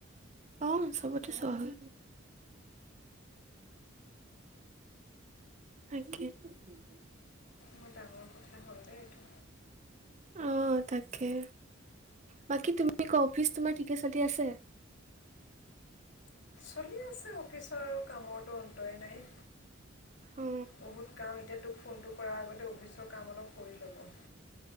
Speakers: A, on the right (about 35°); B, on the left (about 65°).
A: আহ চবতে চোৱা হল <unintelligible>
B: বৰ ডাঙৰ কথা হ'ল দেই এইটো
A: অ তাকে বাকী তুমি ক অফিচ তোমাৰ ঠিকে চালি আছে <inaudible>
B: চলি আছে অফিচৰ আৰু কামৰতো অন্তই নাই
A: অ
B: বহুত কাম এতিয়া তোক ফোনটো কৰাৰ আগতে অফিচৰ কাম অলপ কৰি ল'লো